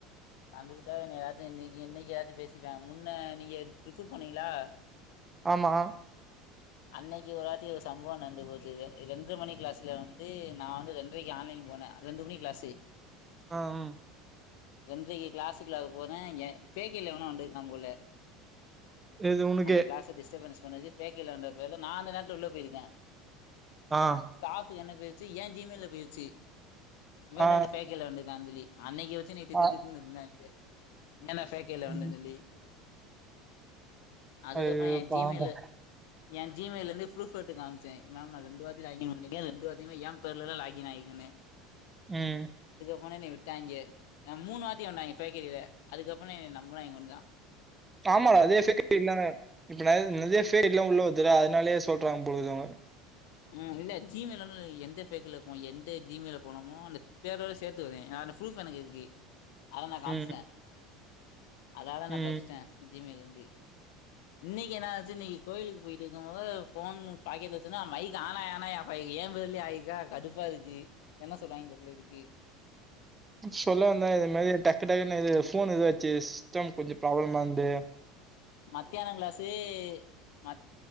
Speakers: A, on the left; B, on the right.
A: கண்டுகிட்ட என்ன எதாச்சும் இன்னைக்கு இன்னைக்கு எதாச்சும் பேசிருப்பானுங்க முன்ன நீங்க ட்ரிப்பு போனீங்களா
B: ஆமா
A: அன்னைக்கு ஒரு ராத்திரி ஒரு சம்பவம் நடந்து போச்சுது ரெண்டர மணி கிளாஸ்ல வந்து நான் வந்து ரெண்ரைக்கு ஆன்லைன் போனேன் ரெண்டு மணி கிளாஸு
B: ஆஹ் உம்
A: ரெண்ரைக்கு கிளாஸுக்குள்ள போறேன் ஏன் ஃபேக் அய்டில எவனோ வந்துருக்கா போல
B: எது உனக்கே
A: அந்த கிளாஸ டிஸ்டபன்ஸ் பண்ணதுக் பேக்கில வந்த பேர்ல நா அந்த நேரத்துல உள்ள போய்ருக்கேன்
B: ஆ
A: ஸ்டாஃப் என்ன பேச ஏன் ஜீ மெயில்ல போய்டுச்சு இவன்
B: ஆ
A: தா அந்த ஃபேக் ஐய்டில வந்து காந்திலி அன்னைக்கு தித்து
B: ஆ
A: தித்துனாய்ங்க ஏன்னா சைக்கெள்ள வந்தன்
B: ம்
A: சொல்லி அதுக்கப்புறம்
B: ஐயோ
A: என்
B: பாவம்டா
A: ஜிமெயிலு என் ஜி மெயிலேருந்து ப்ருப் எத்து காமிச்சேன் மேம் நான் ரெண்டு வாட்டி லாகின் பண்ணிக்கேன் ரெண்டு வாட்டியுமே என் பேர்லதா லாக் இன் ஆகிறேக்கேனு
B: உம்
A: போனோனே விட்டாங்க மூணு வாத்தி வண்தாங்க பேக்கெரில அதுக்கப்புறம் என்ன நம்புனாங்க கொஞ்சோ
B: ஆமாடா அதே ஃபேக் ஐ டிலாம் இப்ப நெ நெறைய ஃபேக் ஐ டிலாம் உள்ள வருதுடா அதுனாலயே சொல்றாங்க போழுதுக்கு அவுங்க
A: உம் இல்ல ஜிமெயிலுனு எந்த ஃபேக்ல போனு எந்த ஜிமெயில் போனோமோ அந்த பேரோட சேத்து வருதே அந்த ப்ரூப் எனக்கு இருக்கு அத நா காம்ஷ்டே
B: ம்
A: அதால நான்
B: ம்
A: தப்ச்டேன் ஜிமெயிலுனு கு இன்னைக்கு என்னா ச்சு இன்னைக்கு கோயிலுக்கு போயிட்டு இருக்கும் போது ஃபோன் பாக்கெட் வச்சனா மைக் ஆனாயி ஆனாயி ஆஃப் ஆயிருக்கு என் <unintelligible> ஆயிருக்கா கடுப்பா இருக்கு என்ன சொல்லுவாங்கனு தெர்ல இதுக்கு
B: சொல்ல வந்தா இது மாதிரி டக்கு டக்குன்னு இது ஃபோன் இதாச்சு சிஸ்டம் கொஞ்சம் ப்ராப்ளமா இருந்தது
A: மத்தியானம் கிளாஸு ம